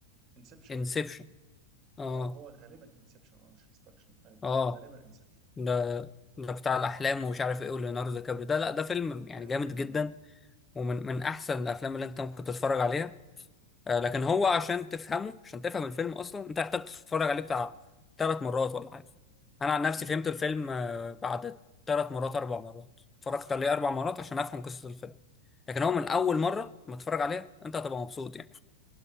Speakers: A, on the right; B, on the left.
A: انسبشن
B: انسبشن اه
A: اه هو غالبا انسبشن اه مش انسبكشن ايوه
B: اه
A: غالبا انسبشن
B: ده ده بتاع الاحلام ومش عارف ايه وليوناردو دي كابريو ده لا ده فيلم يعني
A: غالبا
B: جامد جدا
A: اه
B: ومن من احسن الافلام اللي انت ممكن تتفرج عليها آه لكن هو عشان تفهمه عشان تفهم الفيلم اصلا انت محتاج تتفرج عليه بتاع ثلاث مرات ولا حاجه انا عن نفسي فهمت الفيلم آه بعد ثلاث مرات اربع مرات اتفرجت عليه اربع مرات عشان افهم قصه الفيلم لكن هو من اول
A: بص
B: مره ما تتفرج عليه انت هتبقى مبسوط يعني